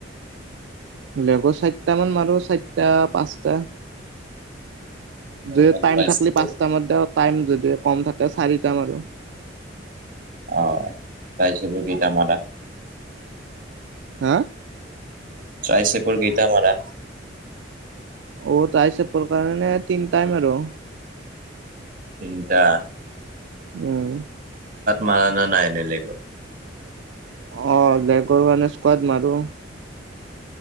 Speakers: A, on the right; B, on the right.
A: লেব চাৰিটা মান মাৰো চাৰিটা পাঁচটা
B: অ',
A: যদি
B: আৰু
A: টাইম
B: ট্ৰাইচেপৰ?
A: থাকলি পাঁচটা মাৰো টাইম যদি কম থাকে চাৰিটা মাৰো আৰু
B: অহ তাইচব কেইটা মাৰা।
A: হা
B: তাইচাইছেপৰ কেইটা মাৰা
A: অ তাই চপৰ কাৰণে তিনি টাইম আৰু
B: তিনটা
A: উম
B: মাৰ না নাই বেলেগৰ
A: অ লেগৰ কৰা ন স্কাদ মাৰো